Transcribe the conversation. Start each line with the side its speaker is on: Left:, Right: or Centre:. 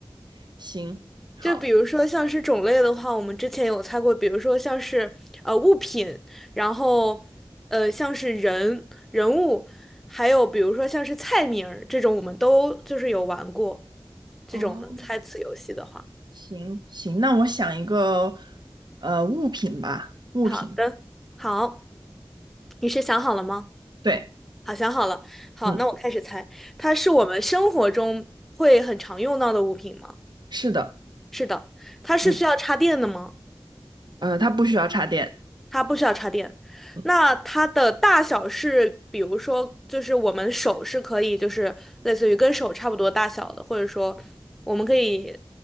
Right: <laughs> 行，好，
Centre: 就比如说像是种类的话，我们之前有猜过，比如说像是呃物品，然后呃像是人人物，还有比如说像是菜名儿这种，我们都就是有玩过这种的猜词游戏的话。
Right: 哦，行行，那我想一个呃物品吧，物品，
Centre: 好的，好，你是想好了吗？
Right: 对，
Centre: 好，想好了。好，
Right: 嗯，
Centre: 那我开始猜，它是我们生活中会很常用到的物品吗？
Right: 是的，
Centre: 是的，它是需要插电的吗？
Right: 嗯，呃，它不需要插电，
Centre: 它不需要插电。
Right: 嗯，
Centre: 那它的大小是，比如说，就是我们手是可以，就是类似于跟手差不多大小的，或者说我们可以